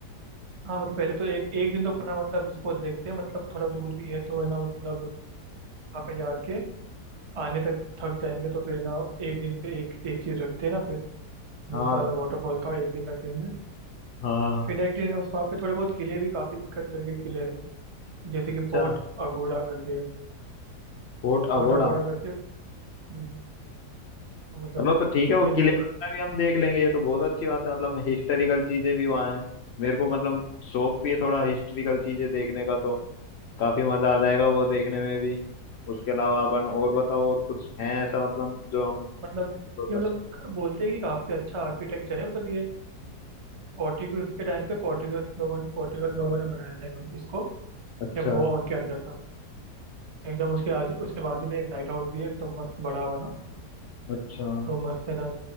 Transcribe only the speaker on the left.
हाँ
हाँ
अच्छा
कोट
अगोड़ा
चलो तो ठीक है वो
किले
वगैरह भी हम देख लेंगे ये तो बहुत अच्छी बात है मतलब हिस्टोरिकल चीजें भी वहाँ हैं मेरे को मतलब शौक भी है थोड़ा हिस्टोरिकल चीजें देखने का तो काफी मजा आ जाएगा वो देखने में भी उसके अलावा अपन और बताओ और कुछ है ऐसा मतलब जो हम
explore
कर
सकते
अच्छा
अच्छा